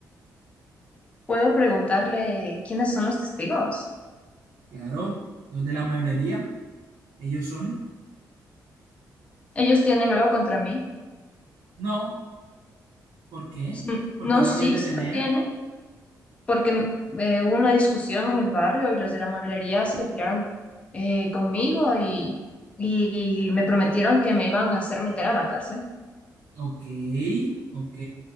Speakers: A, on the left; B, on the right.
A: Puedo preguntarle quiénes son los testigos.
B: Claro, los de la mueblería, ellos son.
A: Ellos tienen algo contra mí.
B: No, ¿por qué?
A: Mm,
B: ¿Por
A: No,
B: qué lo
A: sí,
B: habrían de
A: sí
B: tener?
A: lo tiene, porque eh, hubo una discusión en el barrio y los de la mueblería se pelearon eh, conmigo y, y me prometieron que me iban a hacer meter a la cárcel.
B: Ok, ok.